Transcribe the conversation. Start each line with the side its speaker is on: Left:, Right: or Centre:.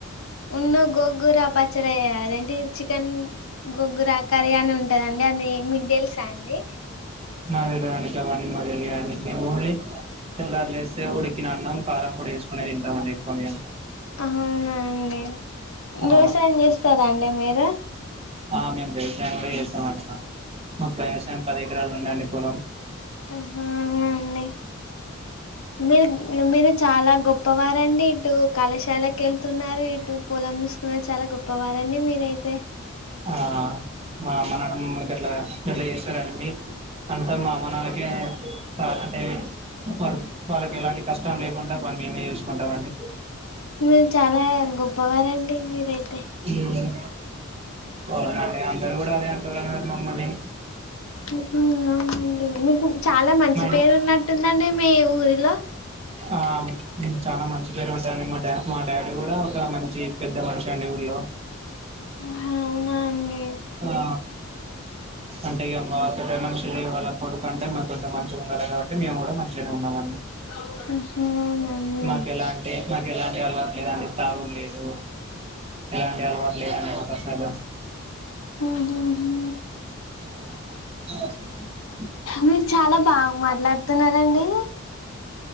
Left: ఉన్న గొగ్గుర పచ్చడియద ఏంటంటి చికెన్ గొగ్గుర కర్రీ అని ఉంటుందండి అది మీకు తెలుసా అండి
Right: నా తెలిదండి కావంీ మాది తెలియండి మేము ఓన్లీ పిల్లర్లు వేస్తే ఉడికిన అన్నం కారం కూడా వేసుకునే తింటాండి ఎక్కువ మేము
Left: అవునా అండి
Right: ఆ
Left: ూస ఏం చేస్తారా అండి మీరు
Right: ఆ మీా కూడా చేసా మ ముప్పైసయం పది ఎకరాలు ఉన్నాండి పనం
Left: ఉహుమ్ అవనాండి మీ మరు మీ మర చాలా గొప్పవారంండి ఇటు కళాశాలకు వెళ్తున్నారు ఇటు పొలం తీూసుకున్నారు చాలా గొప్పవారంండి మీరైతే
Right: ఆ మా అమ్మ నాన్న ని అట్లా ఇట్లా చేస్తార అని మీ అంతా మా అమనళ్ళకే అంటే వా వాళ్ళకి ఎలాంటి కష్టం లే కుం పని మే చూసుకుంటాండి
Left: మీరు చాలా గొప్పవారండి మీరైతే
Right: ఉమ్ అవునండి అందరుూ కూడా అదే అంటున్నారున్నారు మమ్మల్ని
Left: ఉహుమ్ అవునండి మీకు చాలా మంచి
Right: మా
Left: పేరు ఉన్నట్టుందండి మీ ఊరిలో
Right: ఆ చాలా మంచి పేరు ఉంటారుడి మా డా మా డాడీ కూడా ఒక మంచి పెద్ద మనిషి అండి ఊరిలో
Left: అవునా అండి
Right: ఆ అంటే ఇక మా పెద్ద మనిషులు వాళ్ళ కొడుకు అంటే మాకు కొంచెం మంచిగా ఉండాలి కాబట్టి మేము కూడా మంచిగానే ఉన్నామండి
Left: ఉహుమ్ ఉమ్
Right: మాకు
Left: ఉ
Right: ఎలాంటి మాకు ఎలాంటి అలవాట్లేదండి తాగుడు లేదు ఇలాంటి అలవాట్లు ఆ కాస్టల్
Left: ఉహు హు
Right: ఆ
Left: మీరు చాలా బాగా మాట్లాడుతున్నారంండి